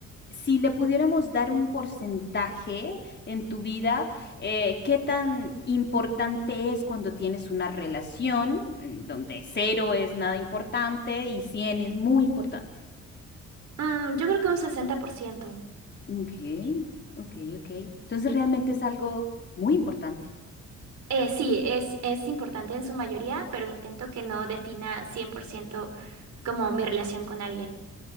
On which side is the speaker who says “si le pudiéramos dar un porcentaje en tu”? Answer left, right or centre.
Left